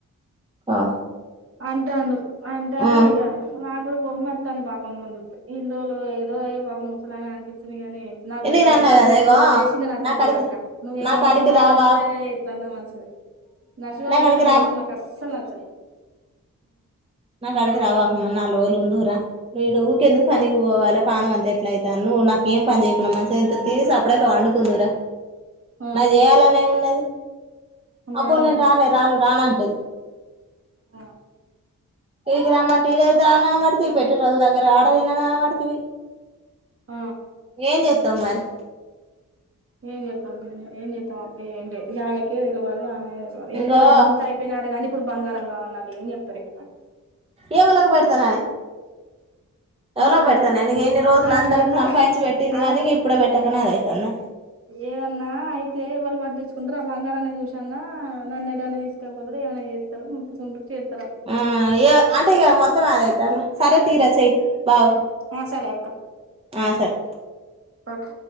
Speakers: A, on the right; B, on the right.
A: ఆ
B: అంటాడు అంటా
A: ఆ
B: ఇక నాగుడ కోపం వస్తుంది బాపమని చూస్తుంటే ఎన్ని రోజులు ఏదో అయ్యో పాపం ముసలమ్మ అనిపించింది కానీ నాకు
A: నేను
B: నర్సిబాబు
A: అన్నా కదా
B: విషయంలో
A: ఇగో
B: చేసింది నచ్చలేదు
A: నా కాడికి
B: అక్క నువ్వు
A: నా
B: ఏమనుకున్నా
A: కాడికి రా
B: మంచిదే
A: బా
B: ఎట్లాన్నా మంచిదే నర్సిబాబు
A: నా కాడికి
B: విషయంలో చేసింది నాకు అస్సలు నచ్చలేదు
A: నాకాడికి రావ మనాల నాల్ రోజులు ఉందువు రా నువ్వు ఈడ ఉరికే ఎందుకు పనికి
B: ఉమ్
A: పోవాలే ప్రాణం అంత ఎట్ల అయితాను నువ్వు నాకు ఏమి పని చేయపోతే మాయే ఈడ మంచిగ ఇంత తిని సప్పుడూజెక పండుకుందువు రా
B: ఆ
A: నా చేయాలని ఏమున్నది
B: అంటే
A: అబ్బో
B: ఏమన్నది
A: నేను రానేే రాను రాణ అంట తది
B: ఆ
A: తిగి గ్రామాటి ఇదేదో అన మాడిథీ పెటెట్రోల్ దగ్గర ఆడలేన మాడిథీవి.
B: ఆ
A: ఏం చేస్తావు మరి
B: ఏం చేస్తాం పిన్న ఏం చేస్తాం ఏం లేదు ఆయనకే తెలివాలి ఆమె
A: ఇంగో
B: ఇప్పుడు అంత అయిపోయినాడు కానీ ఇప్పుడు బంగారంగా కావాలంట ఏం చెప్తారు ఇక
A: ఏవలాకు పెడతానని ఎవలో
B: ఇగ ఆమె
A: పెడతాను నేను ఎన్ని రోజులందరికి
B: ఆమెనట
A: సంపాదించి పెట్టింది
B: ఆమె
A: కానీ ఇప్పుడే పెట్టకునా అైతే. కానా
B: ఏదన్నా అయితే వాళ్ళు పట్టించుకుంటారు ఆ బంగారాన్ని చూసన్నా నన్న ఏదన్ని తీసుకెకపోతరు ఏమైన్నా చేస్తారు, ముట్టుకుంట్రారు చేారు.
A: ఆ ఏ అంటే ఇక మొత్తం <unintelligible> సర తీీ రచై ఓకే
B: ఆ సరే
A: ఆ సరే
B: పక్క